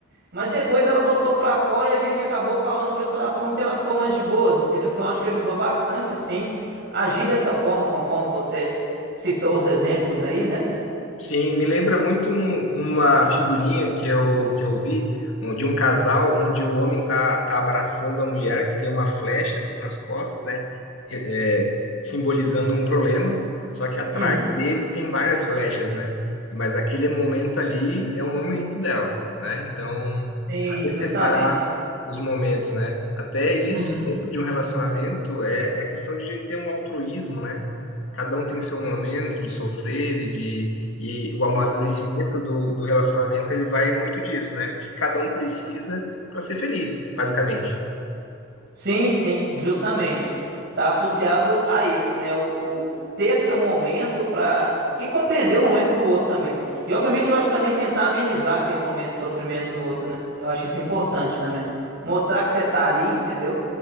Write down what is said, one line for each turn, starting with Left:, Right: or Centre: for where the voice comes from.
Right: mas depois ela botou para fora e a gente acabou falando de outro assunto e ela ficou mais de boas, entendeu? Então acho que ajudou bastante, sim, agir dessa forma, conforme você citou os exemplos aí, né?
Left: Sim, me lembra muito um- uma figurinha que eu, que eu vi um- de um casal onde o homem tá, tá abraçando a mulher, que tem uma flecha assim nas costas, né? É, é, simbolizando um problema, só que atrás
Right: Uhum.
Left: dele tem várias flechas, né? Mas aquele momento ali é o momento dela, né? Então,
Right: Sim,
Left: saber
Right: justamente.
Left: separar os momentos, né? Até isso,
Right: Uhum.
Left: dentro de um relacionamento, é, é a questão de ter um altruísmo, né? Cada um tem seu momento de sofrer e de e o amadurecimento do, do relacionamento, ele vai muito disso, né? O que cada um precisa para ser feliz, basicamente.
Right: Sim, sim, justamente. Está associado a isso, né? O, o ter seu momento para. E compreender o momento do outro também. E, obviamente, eu acho que também tentar amenizar aquele momento de sofrimento do outro, né? Eu acho isso importante também. Mostrar que você tá ali, entendeu?